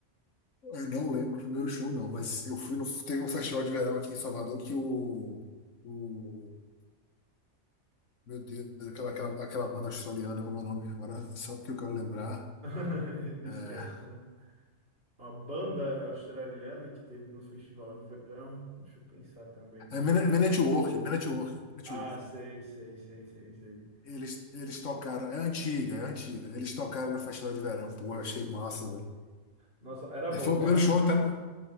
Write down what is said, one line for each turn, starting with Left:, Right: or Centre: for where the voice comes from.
Left: Eu não lembro o primeiro show, não, mas eu fui no. Teve um festival de verão aqui em Salvador que o. o meu Deus, aquela, aquela, aquela banda australiana, como é o nome? Agora, só porque eu quero lembrar.
Right: <laughs> Esquece,
Left: É,
Right: né? Uma banda australiana que teve no festival de verão. Deixa eu pensar também.
Left: é Men Men at Work, Men at Work, Men at
Right: Ah,
Left: Work.
Right: sei, sei, sei, sei, sei.
Left: Eles, eles tocaram, é antiga, é antiga. Eles tocaram no Festival de Verão, porra, achei massa, velho.
Right: Nossa, era bom,
Left: É, Foi
Right: né?
Left: o primeiro show, tá?